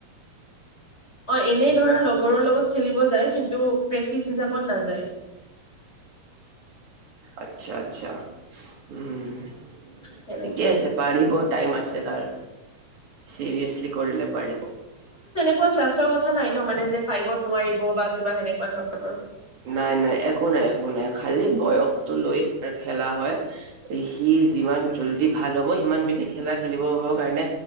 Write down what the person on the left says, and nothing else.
অ এনেই ধৰা লগৰৰ লগত খেলিব যায় কিন্তু প্ৰেক্টিচ হিচাপত নাযায়
সেনেকে
কোৱা ক্লাছৰ কথা নাই ন মানে যে ফাইভত নোৱাৰিব বা কিবা সেনেকুৱা ধৰণৰ